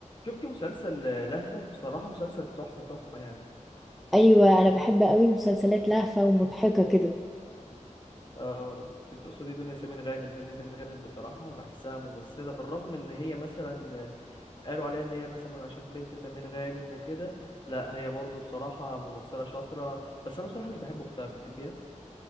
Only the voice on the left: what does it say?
شفتي مسلسل آه، لهفة بصراحة مسلسل تحفة تحفة يعني
آه تقصدي دنيا سمير غانم دنيا سمير غانم بصراحة بحسها ممثلة بالرغم ان هي مثلا آه، قالوا عليها ان هي مثلا عشان بنت سمير غانم وكده لا هي برضو بصراحة ممثلة شاطرة بس انا بصراحة مش بحب اختها بتحبيها